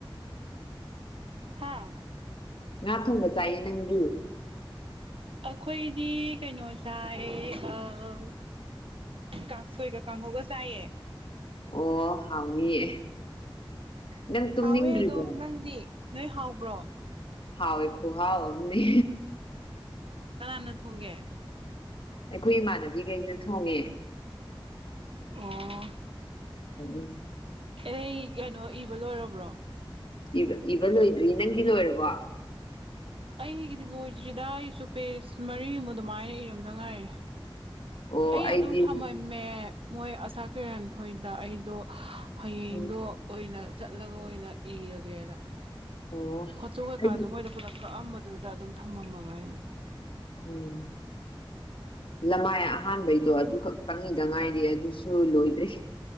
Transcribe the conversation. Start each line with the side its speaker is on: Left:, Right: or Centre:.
Right: ꯍꯥꯥ
Left: ꯉꯥ ꯊꯣꯡꯕ ꯆꯥꯏꯌꯦ ꯅꯪꯗꯨ
Right: ꯑꯩꯈꯣꯏꯗꯤ ꯀꯩꯅꯣ ꯆꯥꯏ ꯑꯥ ꯀꯥꯡꯁꯣꯏꯒ ꯀꯥꯡꯍꯧꯒ ꯆꯥꯌꯦ
Left: ꯑꯣ ꯍꯥꯎꯅꯤꯌꯦ ꯅꯪ ꯇꯨꯝꯅꯤꯡꯗ꯭ꯔꯤꯕꯣ
Right: ꯍꯥꯎꯋꯦ ꯑꯗꯝ ꯅꯪꯗꯤ ꯅꯣꯏ ꯍꯥꯎꯕ꯭ꯔꯣ
Left: ꯍꯥꯎꯋꯦ ꯈꯨꯍꯥꯎ ꯑꯝꯅꯤ
Right: ꯀꯅꯥꯅ ꯊꯣꯡꯒꯦ
Left: ꯑꯩꯈꯣꯏ ꯏꯃꯥꯟꯅꯕꯤꯈꯩꯅ ꯊꯣꯡꯉꯦ
Right: ꯑꯣ
Left: ꯎꯝ ꯎꯝ
Right: ꯑꯦ ꯀꯩꯅꯣ ꯏꯕ ꯂꯣꯏꯔꯕꯣ
Left: ꯏꯕ ꯏꯕ ꯂꯣꯏꯗ꯭ꯔꯤ ꯅꯪꯗꯤ ꯂꯣꯏꯔꯕꯣ
Right: ꯑꯩꯒꯤꯗꯤ ꯂꯣꯏꯗ꯭ꯔꯤꯗ ꯑꯩꯁꯨ ꯄꯦꯖ ꯃꯔꯤꯃꯨ ꯑꯗꯨꯃꯥꯏꯅ ꯏꯔꯝꯗ ꯉꯥꯏꯔꯤ
Left: ꯑꯣ
Right: ꯑꯩ
Left: ꯑꯩꯗꯤ
Right: ꯑꯗꯨꯝ ꯊꯝꯃꯝꯃꯦ ꯃꯣꯏ ꯑꯁꯥꯀꯤꯔꯟ ꯍꯣꯏꯗ ꯑꯩꯗꯣ ꯍꯌꯦꯡꯗꯣ
Left: ꯎꯝ
Right: ꯑꯣꯏꯅ ꯆꯠꯂꯒ ꯑꯣꯏꯅ ꯏꯔꯒꯦꯅ
Left: ꯑꯣ
Right: ꯐꯣꯠꯇꯣ ꯀꯩꯀꯥꯖꯨ
Left: ꯑꯩꯗꯤ
Right: ꯃꯣꯏꯗ ꯄꯨꯂꯞ ꯀꯛꯑꯝꯕꯗꯨꯗ ꯑꯗꯨꯝ ꯊꯝꯃꯝꯃꯕ ꯑꯩꯅ
Left: ꯎꯝ ꯂꯃꯥꯏ ꯑꯍꯥꯟꯕꯩꯗꯣ ꯑꯗꯨ ꯈꯛꯇꯪ ꯏꯗ ꯉꯥꯏꯔꯤ ꯑꯗꯨꯁꯨ ꯂꯣꯏꯗ꯭ꯔꯤ꯫